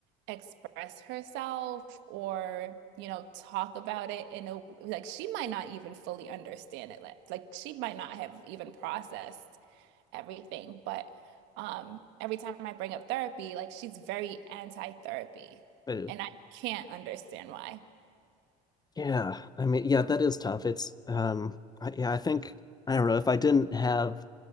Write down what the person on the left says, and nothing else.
I do.
Yeah, I mean, yeah, that is tough. It's um, I, yeah, I think I don't know if I didn't have